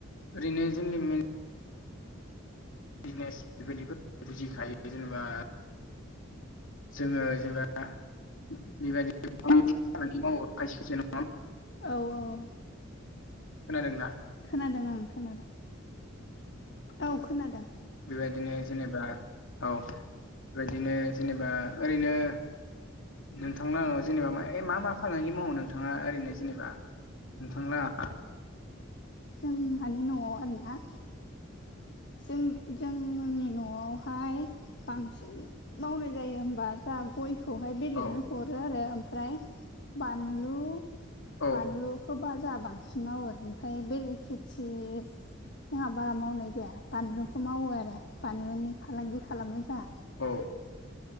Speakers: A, on the left (about 75°); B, on the left (about 55°).
A: ओरैनो जोंनि बिजनेस बेबायदिखौ बुजिखायो जेनेबा जोङो जेनेबा बेबायदि खामानि मावो खायसे जा
B: औ औ
A: खोनादोंना
B: खोनादों ओं खोनादों औ खोनादों
A: बेबायदिनो जेनेबा औ बेबायदिनो जेनेबा ओरैनो नोंथां लाङा जेनेबा मा मा फालांगि मावो नोंथाङा ओरैनो जेनेबा नोंथांलाहा
B: जोंहानि न'वाव आरोना जों जोंनि न'वावहाय बांसिन बांसिन मावनाय जायो होमबा जों गयखौहाय बेलेगनो
A: औ
B: हरो आरो ओमफ्राय बानलु
A: औ
B: बानलुखोबा जा बां बांसिन मावो ओमफ्राय बेलेग खेथि जोंहा बारा मावनाय जाया बानलु बेखौ मावो आरो बानलुनि फालांगि खालामो जोंहा
A: औ